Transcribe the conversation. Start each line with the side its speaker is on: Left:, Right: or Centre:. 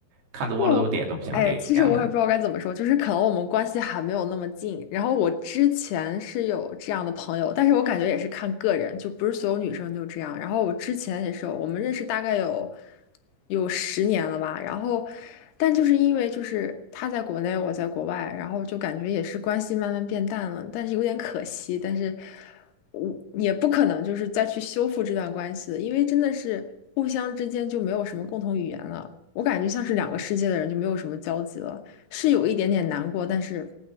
Right: 看多了都点都不想点了，
Left: 就，哎，其实我也不知道该怎么说，就是可能我们关系还没有那么近。然后我之前是有这样的朋友，但是我感觉也是看个人，就不是所有女生都这样。然后我之前也是有，我们认识大概有有十年了吧。然后，但就是因为就是他在国内，我在国外，然后就感觉也是关系慢慢变淡了，但是有点可惜。但是我也不可能就是再去修复这段关系的，因为真的是互相之间就没有什么共同语言了。我感觉像是两个世界的人就没有什么交集了，是有一点点难过，但是